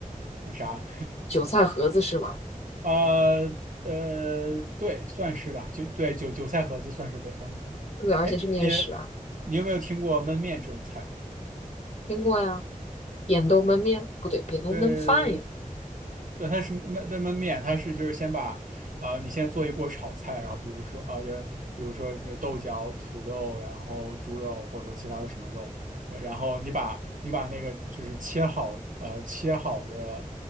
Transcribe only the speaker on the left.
韭菜盒子是吗？
对，而且是面食啊，
听过呀，扁豆焖面，不对，扁豆焖饭呀，